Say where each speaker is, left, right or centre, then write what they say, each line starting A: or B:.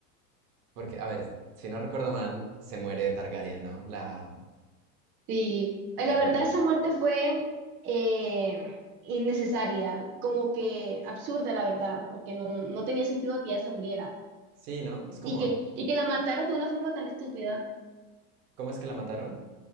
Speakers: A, on the right; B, on the right.
A: Porque, a ver, si no recuerdo mal, se muere Targaryen, ¿no? La,
B: Sí, eh,
A: la
B: la
A: de
B: verdad
A: pelo blanco.
B: esa muerte fue eh, innecesaria, como que absurda, la verdad, porque no, no tenía sentido que ella se muriera.
A: Sí, ¿no? Es como,
B: Y que, y que la mataran de una forma tan estúpida,
A: ¿cómo es que la mataron?